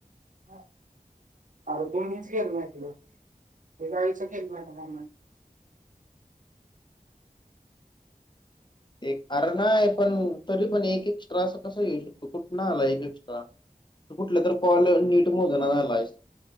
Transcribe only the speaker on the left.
ए अर णाय. तरी पण एक एक्स्ट्रा असा कसा येऊ शकतो, कुठ ना आला एक एक्स्ट्रा? कुठलं तर कॉल नीट मोज ना झालायसं?